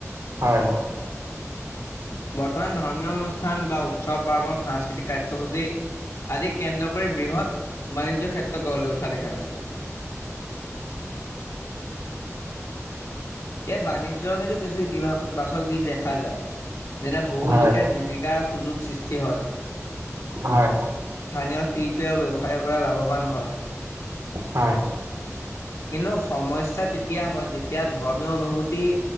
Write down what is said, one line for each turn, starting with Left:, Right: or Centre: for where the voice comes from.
Right: হয় হয়।
Left: বৰ্তমান ধৰ্মীয় অনুষ্ঠান বা উৎসৱ, পাৰ্বন, সাংস্কৃতিক কাৰ্যসূচী, আদি কেন্দ্ৰ কৰি বৃহৎ বাণিজ্য ক্ষেত্ৰ গঢ় লৈ উঠা দেখা গৈছে। এই বাণিজ্যৰ কিন্তু কিছু ইতিবা বাচক দিশ দেখা যায়। যেনে বহুত
Right: হয়।
Left: লোকে জীৱিকাৰ সুযোগ সৃষ্টি হয়।
Right: হয়।
Left: স্থানীয় শিল্পী আৰু ব্যৱসায়ীসকলে লাভৱান হয়।
Right: হয়।
Left: কিন্তু সমস্যা তেতিয়া হয় যেতিয়া। ধৰ্মীয় অনুভূতি